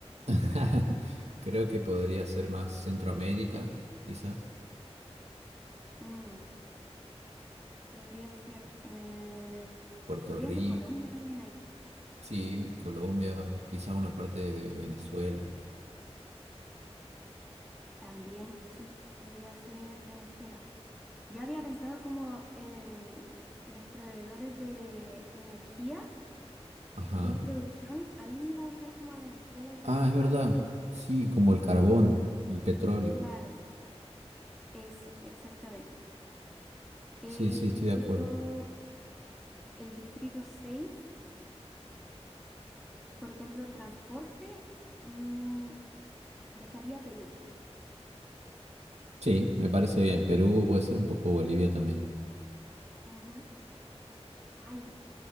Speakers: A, on the right (about 75°); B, in the centre.
A: <laughs> Creo que podría ser más Centroamérica, quizás.
B: Mm, podría ser, eh,
A: Puerto
B: podría
A: Rico,
B: ser Colombia también ahí.
A: sí, Colombia, quizás una parte de Venezuela.
B: También sí, podría ser Venezuela. Yo había pensado como en los proveedores de energía,
A: Ajá.
B: que es producción, ahí iba a dejar como a Venezuela y Paraguay.
A: Ah, es verdad. Sí, como el carbón, el petróleo.
B: Claro, eso, exactamente. El
A: Sí, sí,
B: distrito,
A: estoy de acuerdo.
B: el distrito 6, por ejemplo, transporte, mm, dejaría a Perú.
A: Sí, me parece bien. Perú puede ser un poco Bolivia también.
B: Ujú. Ahí